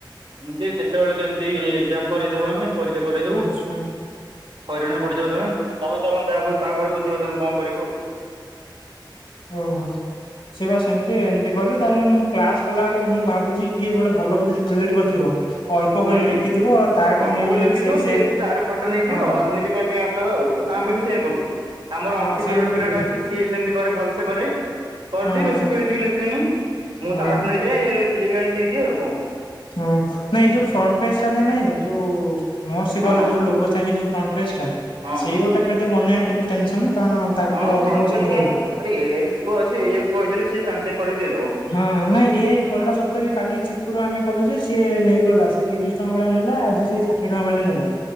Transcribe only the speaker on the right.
ଏମିତି କେତେବେଳେ କେମିତି ଏ ଏକ୍ଜାମ କରେଇଦେବୁ ଆମେ ପରୀକ୍ଷାକରେଇଦେବୁ।
ହଇରାଣ ପଡିଯିବ ତମେ ତମେ ତମର ଯା ତାପରେ ବୁଝିବ ତମେ କଣ କରିବ ଆଉ?
ହୁଁ
ଅଳ୍ପ
କରି ଲେଖିଥିବ
ସେଇ ତାଠୁ ଫଟୋ ନେଇଯିବ
ଆଉ ନିଜେ କରିଦେଇ ଅ <unintelligible> ଆମେ ବି ସେଇଆ କରୁଚୁ ଆମର
ଅଙ୍କିତ
ବୋଲି ଗୋଟେ
ପିଲାଟା ଅଛି ସିଏ ସେମିତି କରେ ଭଲସେ କରେ। କରିଦିଏ
ବେଶୀ ପେଜ୍ ବି ଲେଖେନି ମୁଁ
ତାଠୁ ନେଇଯାଏ ଲେଖିଦେଇକି ଆଣି ଦେଇଦିଏ ଆଉ କଣ।
ହଁ
ହଁ।
ହଁ
ଫ୍ରଣ୍ଟ
ପେଜ
କଣ ଭାଇ ଏ ଆଇ ଯୁଗ ଅଛି ଏଇଆକୁ କହିଦେଲେ ସେ ସାଙ୍ଗେ ସାଙ୍ଗେ କରିିକି ଦେଇଦବ।